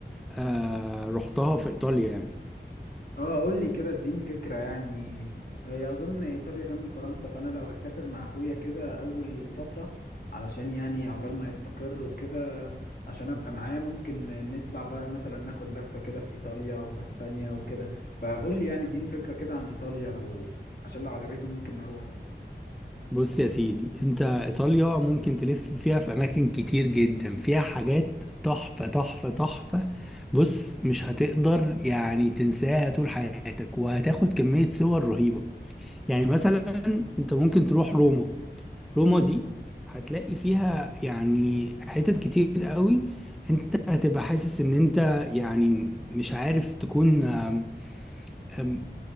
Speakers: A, in the centre; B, on the left (about 55°).
A: آه رحتها في ايطاليا يعني
B: اه قول لي كده اديني فكرة يعني هي اظن ايطاليا جنب فرنسا فانا لو هسافر مع اخويا كده اول فترة علشان يعني عقبال ما يستقر وكده عشان ابقى معاه ممكن نطلع بقى مثلا ناخد لفة كده في ايطاليا وفي اسبانيا وكده فقول لي يعني اديني فكرة كده عن ايطاليا لو عشان لو عجبتني ممكن نروح يعني
A: بص يا سيدي انت ايطاليا ممكن تلف فيها في اماكن كتير جدا فيها حاجات تحفة تحفة تحفة بص مش هتقدر يعني تنساها طول حياتك وهتاخد كمية صور رهيبة يعني مثلا انت ممكن تروح روما روما دي هتلاقي فيها يعني حتت كتير قوي انت هتبقى حاسس ان انت يعني مش عارف تكون آم، آم،